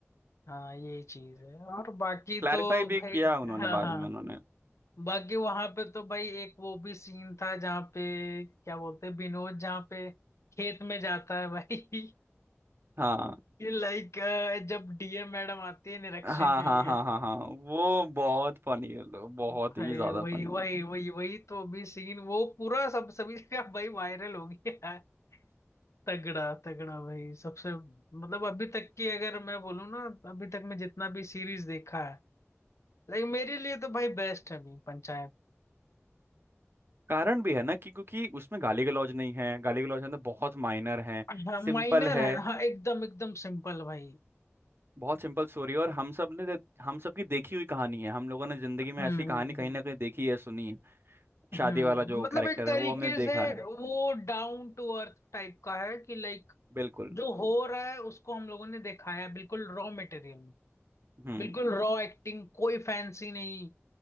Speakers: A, on the left; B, on the right.
A: हाँ ये चीज है और बाकी
B: क्लैरिफाई
A: तो
B: भी
A: भाई
B: किया उन्होंने
A: हाँ
B: बाद
A: हाँ
B: में उन्होंने
A: बाकी वहां पे तो भाई एक वो भी सीन था जहाँ पे क्या बोलते हैं विनोद जहाँ पे खेत में जाता है भाई
B: हाँ
A: <laughs> लाइक जब डीएम मैडम आती है निरीक्षण
B: हाँ
A: के
B: हाँ
A: लिए
B: हाँ हाँ हाँ वो बहुत फनी बहुत
A: भाई
B: ही ज्यादा
A: वही
B: फनी
A: वही वही वही तो अभी सीन वो पूरा सब सभी जगह भाई वायरल हो गया है तगड़ा तगड़ा भाई सबसे मतलब अभी तक की अगर मैं बोलूँ ना अभी तक मैं जितना भी सीरीज देखा है लेकिन मेरे लिए तो भाई बेस्ट है अभी पंचायत
B: कारण भी है ना कि क्योंकि उसमें गाली गलौज नहीं है गाली गलौज है तो बहुत माइनर है
A: हाँ माइनर
B: सिंपल है
A: है हाँ एकदम एकदम सिंपल भाई
B: बहुत सिंपल स्टोरी है और हम सब ने दे- हम सब की देखी हुई कहानी है हम लोगों ने जिंदगी
A: हम्म
B: में ऐसी कहानी
A: हम्म
B: कहीं ना कहीं देखी है सुनी है
A: हम्म
B: शादी
A: हम्म।
B: वाला जो
A: मतलब
B: कैरेक्टर
A: एक तरीके
B: है वो हमने देखा
A: से
B: है
A: वो डाउन टू अर्थ टाइप का है कि लाइक
B: बिल्कुल
A: जो हो रहा है उसको हम लोगों ने दिखाया है, बिल्कुल रॉ मटेरियल
B: हम्म
A: बिल्कुल रॉ एक्टिंग कोई फैंसी नहीं